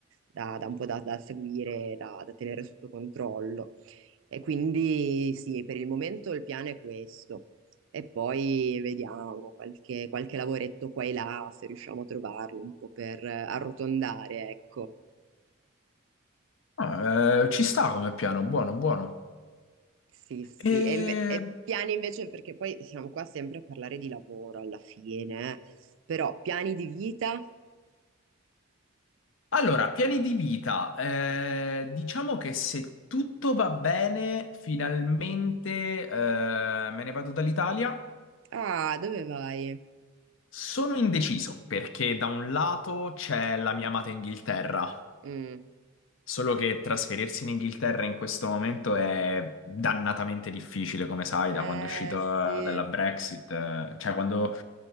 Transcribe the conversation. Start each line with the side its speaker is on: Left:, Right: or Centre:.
Right: da, da un po' da, da seguire, da, da tenere sotto controllo. E quindi sì, per il momento il piano è questo. E poi vediamo qualche, qualche lavoretto qua e là, se riusciamo a trovarlo un po' per eh, arrotondare, ecco.
Left: Ah, eh, ci sta come piano, buono, buono.
Right: Sì, sì,
Left: E-
Right: e, inve- e piani invece, perché poi siamo qua sempre a parlare di lavoro alla fine, eh. Però piani di vita?
Left: Allora, piani di vita. Eh, diciamo che se tutto va bene, finalmente eh, me ne vado dall'Italia.
Right: Ah, dove vai?
Left: Sono indeciso perché da un lato c'è la mia amata Inghilterra,
Right: Mm.
Left: solo che trasferirsi in Inghilterra in questo momento è dannatamente difficile, come sai,
Right: Eh
Left: da quando è uscito eh,
Right: sì.
Left: dalla Brexit, eh, cioè quando